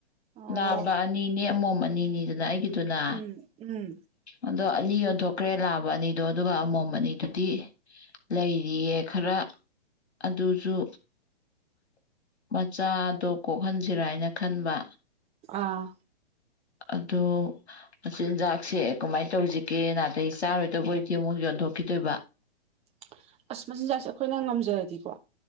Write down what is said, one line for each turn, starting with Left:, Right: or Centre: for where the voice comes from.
Right: ꯑꯣ
Left: ꯂꯥꯕ ꯑꯅꯤꯅꯦ ꯑꯃꯣꯝ ꯑꯅꯤꯅꯤꯗꯨꯅ ꯑꯩꯒꯤꯗꯨꯅ
Right: ꯎꯝ ꯎꯝ
Left: ꯑꯗꯣ ꯑꯅꯤ ꯌꯣꯟꯊꯣꯛꯈ꯭ꯔꯦ ꯂꯥꯕ ꯑꯅꯤꯗꯣ ꯑꯗꯨꯒ ꯑꯃꯣꯝ ꯑꯅꯤꯗꯨꯗꯤ ꯂꯩꯔꯤꯌꯦ ꯈꯔ ꯑꯗꯨ ꯁꯨ ꯃꯆꯥꯗꯣ ꯀꯣꯛꯍꯟꯁꯤꯔꯥ ꯍꯥꯏꯅ ꯈꯟꯕ
Right: ꯑꯥ
Left: ꯑꯗꯣ ꯃꯆꯤꯟꯖꯥꯛꯁꯦ ꯀꯃꯥꯏꯅ ꯇꯧꯁꯤꯒꯦ ꯅꯥꯇꯩ ꯆꯥꯔꯣꯏꯗꯕ ꯑꯣꯏꯗꯤ ꯑꯃꯨꯛ ꯌꯣꯟꯊꯣꯛꯈꯤꯗꯣꯏꯕ
Right: <inaudible> ꯑꯁ ꯃꯆꯤꯟꯖꯥꯛꯁꯦ ꯑꯩꯈꯣꯏꯅ ꯉꯝꯖꯔꯗꯤꯀꯣ